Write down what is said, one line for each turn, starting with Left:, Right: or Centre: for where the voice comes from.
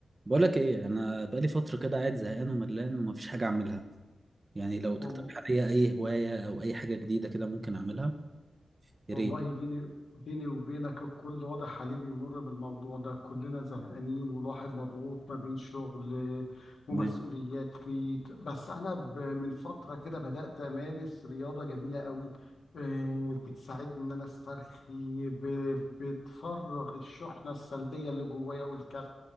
Right: بقولك ايه انا بقالي فتره كده قاعد زهقان وملان ومفيش حاجه اعملها يعني لو تقترح
Left: وال-
Right: عليا اي هوايه او اي حاجه جديده كده ممكن اعملها يا
Left: والله
Right: ريت
Left: بيني بيني وبينك الكل واضح عليه بيمر بالموضوع ده كلنا زهقانين والواحد مضغوط ما بين شغل ومسؤوليات
Right: تمام
Left: بيت بس أنا ب- من فترة كده بدأت أمارس رياضة جميلة قوي آه، بتساعدني إن أنا أسترخي ب- بتفرغ الشحنة السلبية اللي جوايا والكبت